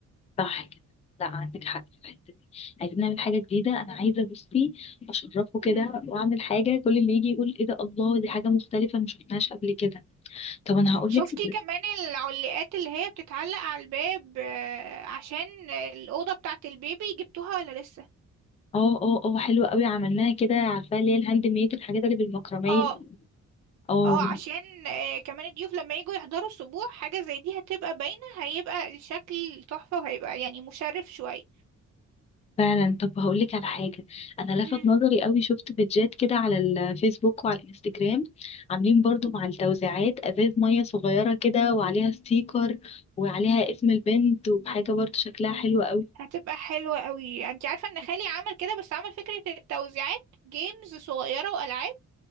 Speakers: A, on the left (about 20°); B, on the right (about 60°).
A: صح كده لا عندك حق في الحته دي عايزين نعمل حاجه جديده انا عايزه بصي اشرفه كده
B: مهم.
A: واعمل حاجه كل اللي يجي يقول ايه ده الله دي حاجه مختلفه ما شفناهاش قبل كده طب انا هقول
B: شفتي
A: لك
B: كمان العلاقات اللي هي بتتعلق على الباب آه، عشان الأوضة بتاعة البيبي جبتوها ولا لسه
A: اه اه اه حلوه قوي عملناها كده عارفه اللي هي الهاند ميد الحاجات اللي بالمكرميه
B: اه
A: اه
B: اه عشان آه كمان الضيوف لما يجوا يحضروا السبوع حاجة زي دي هتبقى باينة هيبقى الشكل تحفة وهيبقى يعني مشرف شوية
A: فعلا طب هقول لك على حاجه انا
B: مم،
A: لفت نظري قوي شفت بيدجات كده على الفيسبوك وعلى الانستجرام عاملين برضو مع التوزيعات ازاز ميه صغيره كده وعليها ستيكر وعليها اسم البنت وحاجه برضو شكلها حلو
B: هتبقى حلوة قوي انت عارفة ان خالي عمل كده بس عمل فكرة التوزيعات جيمز صغيرة وألعاب